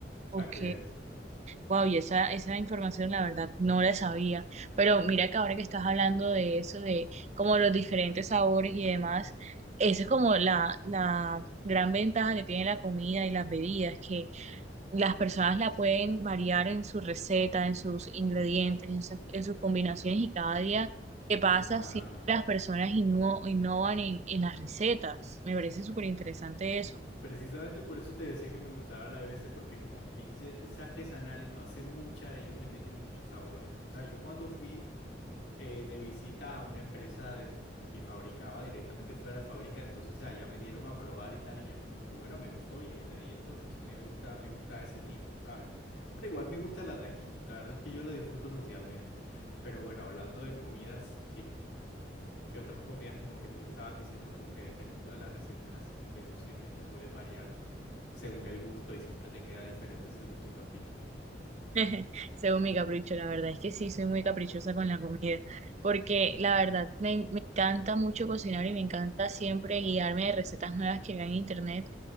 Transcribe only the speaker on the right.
Ok.
Wow, y esa, esa información la verdad no la sabía. Pero mira que ahora que estás hablando de eso, de como los diferentes sabores y demás, esa es como la, la gran ventaja que tiene la comida y las bebidas, que las personas la pueden variar en su receta, en sus ingredientes, en sus, en sus combinaciones y cada día
que pasa siempre las personas inno- innovan en, en las recetas. Me parece súper interesante eso.
<laughs> Según mi capricho, la verdad es que sí, soy muy caprichosa con la comida, porque la verdad me, me encanta mucho cocinar y me encanta siempre guiarme de recetas nuevas que vean en internet,